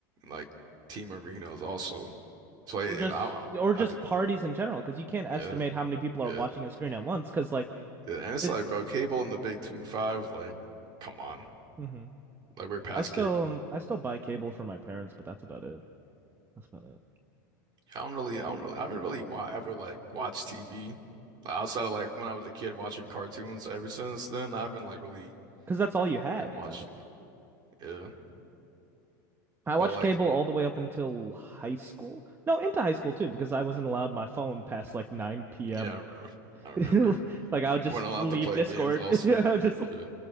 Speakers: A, on the right; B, on the right.
A: like team arenas also. So like,
B: Or just
A: I, I,
B: or just
A: have
B: parties in general, because you can't estimate
A: yeah,
B: how many people are
A: yeah,
B: watching a screen at once. Because like
A: yeah. And it's
B: it's
A: like, bro, cable and the Big Two Five, like, come on,
B: hmm
A: like we're past
B: I still
A: cable.
B: I still buy cable from my parents, but that's about it. That's about it.
A: I don't really, I don't really, I haven't really wa ever like watched TV Like, outside of like when I was a kid watching cartoons. Ever since then, I haven't like really
B: Because that's all you had,
A: been
B: you
A: watching.
B: know.
A: Yeah,
B: I
A: but
B: watched
A: like,
B: cable all the way up until high school. No, into high school too, because I wasn't allowed my phone past like 9 p.m.
A: yeah, I remember.
B: <laughs>
A: I remember
B: Like I would just
A: weren't allowed
B: leave
A: to play
B: Discord.
A: games also.
B: <laughs> I Just,
A: Yeah.